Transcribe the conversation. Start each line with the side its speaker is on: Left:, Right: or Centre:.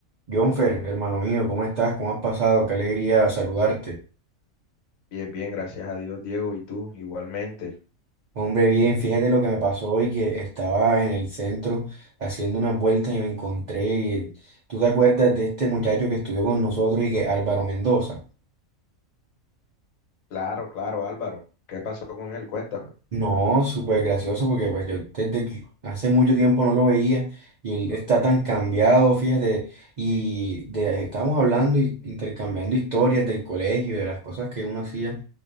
Right: Jonfer, hermano mío, ¿cómo estás? ¿Cómo has pasado? Qué alegría saludarte.
Left: Bien, bien, gracias a Dios, Diego, y tú igualmente.
Right: Hombre, bien, fíjate lo que me pasó hoy, que estaba en el centro haciendo unas vueltas y me encontré. el- ¿Tú te acuerdas de este muchacho que estudió con nosotros y que Álvaro Mendoza?
Left: Claro, claro, Álvaro. ¿Qué pasó con él? Cuéntame.
Right: No, súper gracioso porque pues yo desde que hace mucho tiempo no lo veía y él está tan cambiado, fíjate, y de, estábamos hablando y intercambiando historias del colegio, de las cosas que uno hacía.